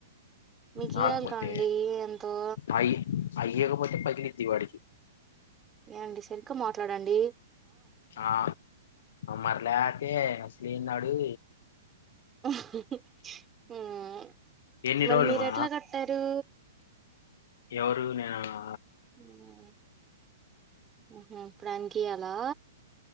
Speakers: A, on the right (about 15°); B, on the left (about 65°).
A: మీకు
B: రాకపోతే
A: ఇయ్యాలి కాండి ఎంతో
B: అయి అయ్యకపోతే పగిలిద్ది వాడికి
A: ఏవండి సరిగ్గా మాట్లాడండీ
B: ఆ మరలేతే అసలేంధాడు
A: అహ్హహు ఉమ్
B: ఎన్ని
A: మరి
B: రోజులు
A: మీరు
B: మా
A: ఎట్లా కట్టారు
B: ఎవరు నేనా
A: హ్మ్ హ్మ్ హు ఇప్పుడు ఆయనకియ్యాలా